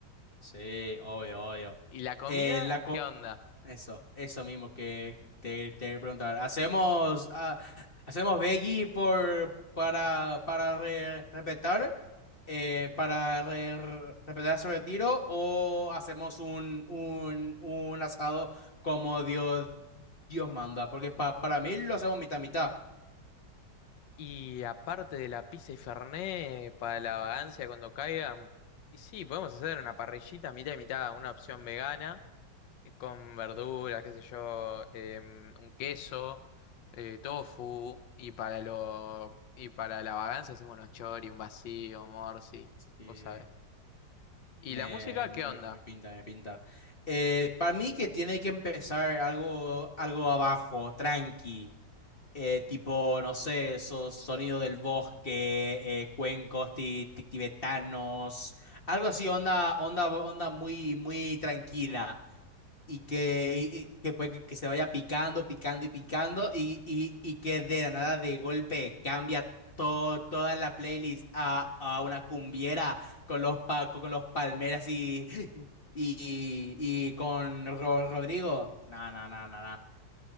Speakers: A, on the left; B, on the left.
A: Sí, obvio, obvio.
B: ¿Y la comida?
A: Eh, la co-
B: ¿Qué onda?
A: eso, eso mismo que te, te preguntar. ¿Hacemos, ah, hacemos veggie por, para, para re- respetar, eh, para re- respetar su retiro o hacemos un, un, un asado como Dios, Dios manda? Porque pa- para mí lo hacemos mitad mitad.
B: Y aparte de la pizza y fernet, para la vagancia cuando caigan, y sí, podemos hacer una parrillita mitad y mitad, una opción vegana, eh, con verduras, qué sé yo, em, un queso, eh, tofu, y para lo, y para la vagancia hacemos unos chori, un vacío, morsi,
A: Sí.
B: vos sabés. ¿Y
A: Me,
B: la música
A: me-
B: qué onda?
A: me pinta, me pinta. Eh, para mí que tiene que empezar algo, algo abajo, tranqui, eh, tipo, no sé, esos sonidos del bosque, eh, cuencos ti- ti- tibetanos, algo así, onda, onda, onda muy, muy tranquila y que, y- y que, pues, que se vaya picando, picando y picando y, y, y que de la nada de golpe cambia to toda la playlist a, a una cumbiera con los, pa- con los palmeras y, <gasps> y, y, y con Ro- Rodrigo. No, no, no, no, no.